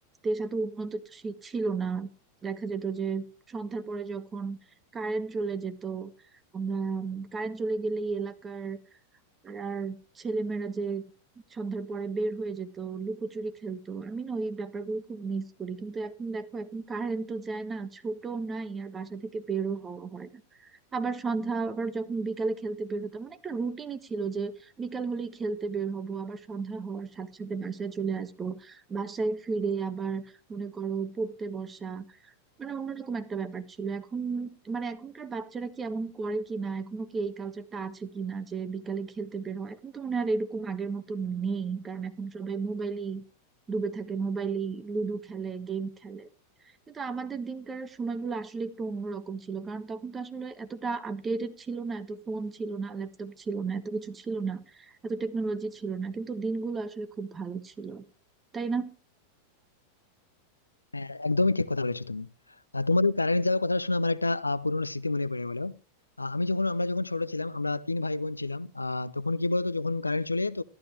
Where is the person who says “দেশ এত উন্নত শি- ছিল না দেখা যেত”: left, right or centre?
Right